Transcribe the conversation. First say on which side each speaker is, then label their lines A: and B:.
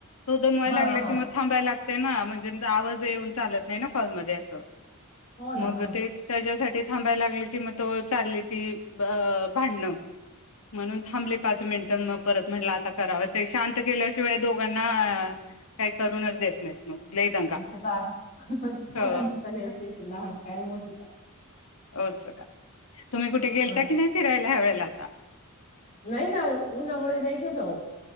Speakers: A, on the left; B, on the left.
A: तो दमवाया
B: हा
A: लागल
B: हा
A: कि मग थांबाया लाग ते ना म्हणजे आवाज येऊन चालत नाही ना कॉलमध्ये असं
B: हो ना
A: मग
B: हो ना
A: ते त्याच्या तठी थांबाय लागले. की म तव चाललीती भांडणं. म्हणून थांबले पाच मिनिट़ मग परत म्हटलं आता करावं ते शांत केल्याशिवाय दोघांना काही करूनच देत नाहीत. मग लई दंगा
B: हं ते तर आहे, हं
A: हो
B: हं सगळ्यांचेच लहान. काही न पिता
A: हो चला, तुम्ही कुठे गेलता
B: ह
A: की नाही फिरायला ह्या वेळेला? लागा
B: नाही ना ओ. उन्हामुळे नाही गेलं